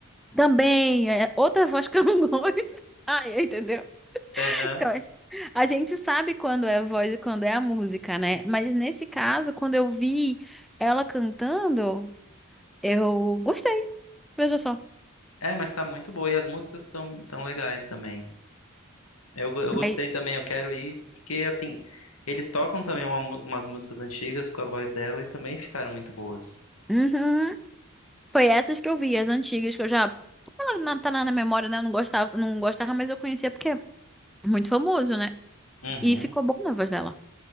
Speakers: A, in the centre; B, on the left.
A: também, é outra voz que eu não <laughs> gosto. Ai, entendeu?
B: Aham.
A: Então, é- a gente sabe quando é a voz e quando é a música, né? Mas nesse caso, quando eu vi ela cantando. Eu gostei. Veja só.
B: É, mas tá muito boa. E as músicas estão tão tão legais também. Eu, go- eu gostei
A: Mas,
B: também, eu quero ir, porque assim, eles tocam também uma mu- umas músicas antigas com a voz dela e também ficaram muito boas.
A: uhum, foi essas que eu vi, as antigas que eu já. Ela não tá na na memória, né? Eu não gostava, não gostava, mas eu conhecia porque é muito famoso, né?
B: Uhum,
A: E ficou bom na voz dela.